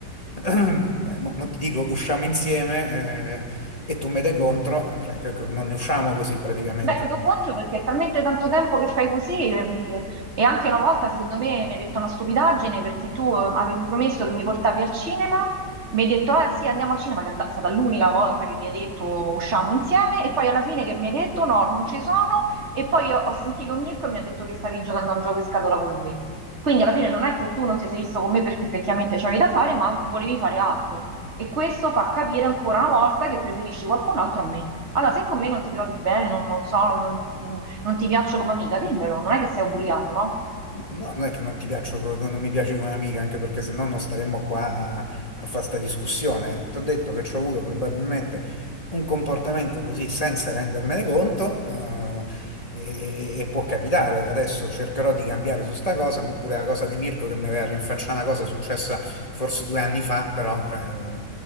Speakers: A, on the left; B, on the right.
A: <clears throat> eh, mo- mo ti dico, usciamo insieme eh, e tu me dai contro, cioè, che- che non ne usciamo così praticamente.
B: Beh, ti do contro perché è talmente tanto tempo che fai così ehm, e anche una volta secondo me mi hai detto una stupidaggine perché tu eh, avevi promesso che mi portavi al cinema, mi hai detto ah sì andiamo al cinema, che è stata l'unica volta che mi hai detto usciamo insieme e poi alla fine che mi hai detto no, non ci sono e poi ho ho sentito Mirko e mi ha detto che stavi giocando a un gioco in scatola con lui. Quindi alla fine non è che tu non ti sei visto con me perché effettivamente c'avevi da fare, ma volevi fare altro. E questo fa capire ancora una volta che preferisci qualcun altro a me. Allora, se con me non ti trovi bene, non, non so, non, mm, non ti piaccio come amica, dimmelo, non è che sei obbligato, no?
A: No, non è che non ti piaccio, co- non mi piaci come amica, anche perché se no non staremmo qua a, a fare sta discussione. Ti ho detto che ci ho avuto probabilmente un comportamento così senza rendermene conto, eh, e, e può capitare. Adesso cercherò di cambiare su sta cosa, oppure la cosa di Mirko che mi aveva rinfacciato una cosa successa forse due anni fa, però cioè,